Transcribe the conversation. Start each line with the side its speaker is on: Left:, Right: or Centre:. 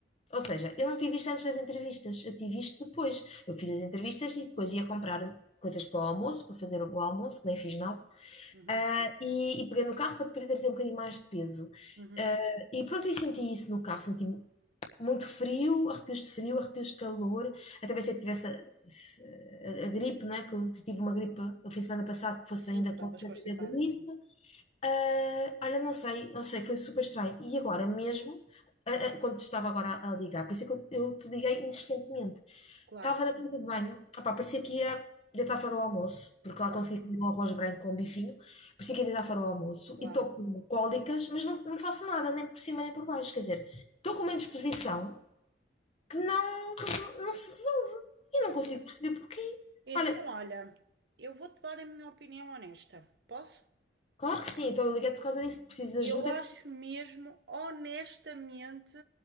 Left: Ou seja, eu não tive isto antes das entrevistas, eu tive isto depois. Eu fiz as entrevistas e depois ia comprar um, coisas para o almoço, para fazer o almoço, que nem fiz nada.
Right: Uhum,
Left: Ah, e, e peguei no carro para poder trazer um bocadinho mais de peso.
Right: uhum.
Left: Ah, e pronto, eu senti isso no carro, senti muito frio, arrepios de frio, arrepios de calor. Até pensei que tivesse a, a- a gripe, não é? Que eu que eu tive uma gripe no fim de semana passado, que fosse
Right: Sim,
Left: ainda
Right: tu
Left: a
Right: estavas
Left: consequência
Right: constipada,
Left: da gripe.
Right: sim.
Left: Ah, olha, não sei, não sei, foi super estranho. E agora mesmo, ah, ah, quando te estava agora a a ligar, por isso é que eu, eu te liguei insistentemente.
Right: Claro,
Left: Estava na casa de banho, opá, parecia que ia deitar fora o almoço, porque
Right: claro,
Left: lá consegui comer um arroz branco com bifinho, parecia que ia deitar fora o almoço
Right: claro.
Left: e estou com cólicas, mas não, não faço nada, nem por cima nem por baixo. Quer dizer, estou com uma indisposição que não, reso- não se resolve e não consigo perceber porquê.
Right: Então,
Left: Olha,
Right: olha, eu vou-te dar a minha opinião honesta. Posso?
Left: claro que sim, então eu liguei por causa disso, preciso de
Right: Eu
Left: ajuda.
Right: acho mesmo, honestamente,